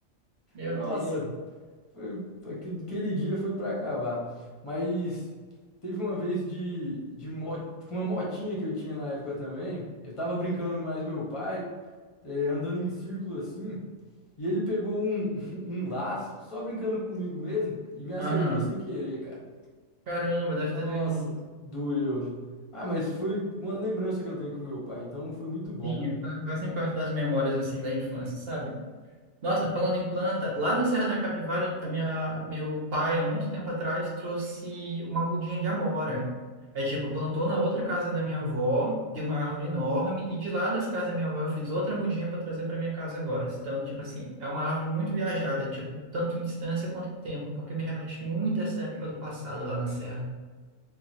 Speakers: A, on the right; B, on the left.
A: Meu
B: Nossa,
A: Deus.
B: Foi, aquele aquele dia foi pra acabar. Mas teve uma vez de, de mo- com uma motinha que eu tinha na época também. Eu tava brincando mais meu pai, é, andando em círculo assim. E ele pegou um, <laughs> um laço, só brincando comigo mesmo, e me acertou
A: Aham,
B: sem querer, cara.
A: Caramba, deve
B: Nossa,
A: ter doído muito.
B: doeu. Ah, mas foi uma lembrança que eu tenho com meu pai, então foi muito bom.
A: Sim, fa- fazem parte das memórias assim da infância, sabe? Nossa, falando em planta, lá na Serra da Capivara, eu- a minha, meu pai, há muito tempo atrás, trouxe uma mudinha de amora. É tipo, plantou na outra casa da minha avó, deu uma árvore enorme, e de lá dessa casa da minha avó eu fiz outra mudinha para trazer para minha casa agora. Então, tipo assim, é uma árvore muito viajada, tipo, tanto em distância quanto em tempo, porque me remete muito a essa época do passado lá na Serra.